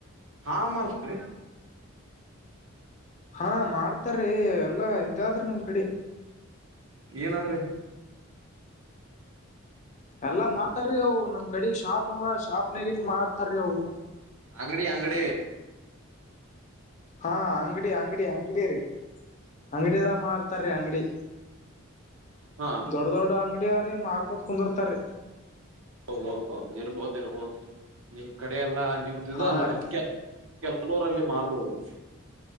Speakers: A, on the right (about 70°); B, on the left (about 35°).
A: ಹಾ <unintelligible>
B: ಹಾ ಮಾಡ್ತಾರೀ ಎಲ್ಲಾ ಇದಾದ್ರಿ ನಮ್ ಕಡೆ
A: ಏನಾದ್ರೂ
B: ಎಲ್ಲಾ ಮಾಡ್ತಾರೀ ಅವು ನಮ್ ಕಡೆ ಶಾಪ್ ಅವವ ಶಾಪ್ ನಗ ಇಟ್ ಮಾಡ್ತಾರೀ ಅವು
A: ಆಂಗಡಿ ಆಂಗಡಿ
B: ಹಾ ಅಂಗಡಿ ಅಂಗಡಿ ಅಂಗಡಿ ರೀ ಅಂಗಡಿದ ಮಾರ್ತಾರೀ ಅಂಗಡಿ
A: ಹಾ
B: ದೊಡ್ಡ ದೊಡ್ಡ ಅಂಗಡಿಯ ಅವ್ರಿ ಮಾರ್ಕೂತ್ ಕುಂದಿರ್ತಾರಿ
A: ಹೌದೌದೌದು ಇರ್ಬೋದು ಇರ್ಬೋದು ನಿಮ್ ಕಡೆ ಎಲ್ಲಾ ನಿಮ್ದ
B: ಹಾ
A: ಅಲ್ಲ
B: ರೀ
A: ಕೆ ಕೆಲರಲ್ಲಿ ಮಾರ್ಬಹುದು